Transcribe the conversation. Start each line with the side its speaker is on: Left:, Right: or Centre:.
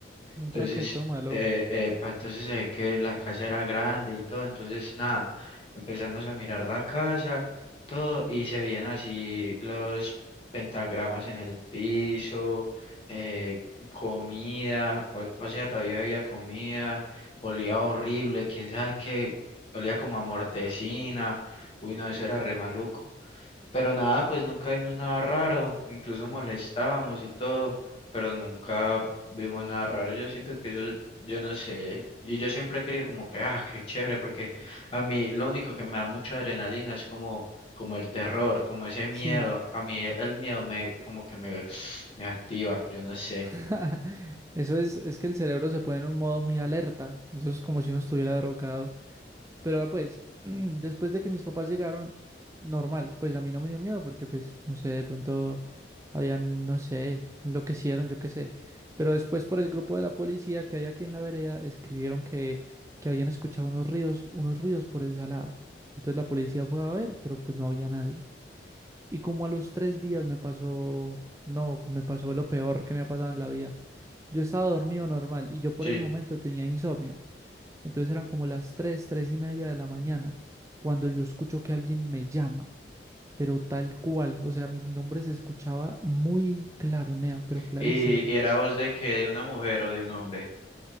Left: Entonces,
Right: Un traqueto malo.
Left: eh, eh, pa, entonces se ve que la casa era grande y todo. Entonces, nada, empezamos a mirar la casa, todo, y se veían así los pentagramas en el piso, eh, comida, o, o sea, todavía había comida, olía horrible, quién sabe qué, olía como a mortecina. Uy, no, eso era re maluco. Pero nada, pues nunca vimos nada raro, incluso molestábamos y todo, pero nunca vimos nada raro. Yo siento que yo, yo no sé, y yo siempre he querido como que, ah, qué chévere, porque a mí lo único que me da mucha adrenalina es como, como el terror, como ese miedo.
Right: Sí.
Left: A mí el miedo me, como que me, <sniffs> me activa, yo no sé.
Right: <laughs> Eso es, es que el cerebro se pone en un modo muy alerta. Eso es como si uno estuviera drogado. Pero ah, pues, <clears throat> después de que mis papás llegaron, normal, pues a mí no me dio miedo porque pues, no sé, de pronto habían, no sé, enloquecieron, yo qué sé. Pero después por el grupo de la policía que hay aquí en la vereda, escribieron que, que habían escuchado unos ruidos, unos ruidos por el salado. Entonces la policía fue a ver, pero pues no había nadie. Y como a los tres días me pasó, no, me pasó lo peor que me ha pasado en la vida. Yo estaba dormido normal y yo
Left: Sí.
Right: por ese momento tenía insomnio. Entonces eran como las 3, 3 y media de la mañana, cuando yo escucho que alguien me llama, pero tal cual, o sea, mi nombre se escuchaba muy claro, Nea, pero clarísimo.
Left: Y, y era voz de que de una mujer o de un hombre.